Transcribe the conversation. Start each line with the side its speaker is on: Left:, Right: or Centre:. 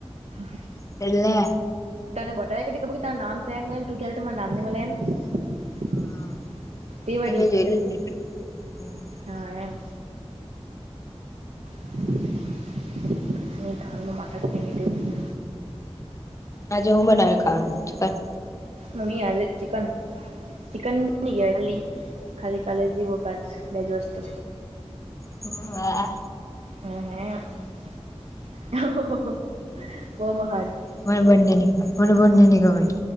Right: હા
Left: એલે
Right: તને બતારે કા કબ કે તાર નામ સહેને તું ક ત તમાર નમ નિ મળ લમ
Left: હા
Right: તે વડી
Left: મેં જોયેલું જ ને આજે
Right: હા એમ <unintelligible>
Left: આજે હું બનાવી ખાવાનું ઠીક
Right: મ્મી આજે ચિકન ચિકન બ નની ગ ખાલી ખાલી કાલેજી પાચ બેજ વસ્તુ....
Left: હ વા.
Right: <unintelligible>
Left: મને બંને ની ગમે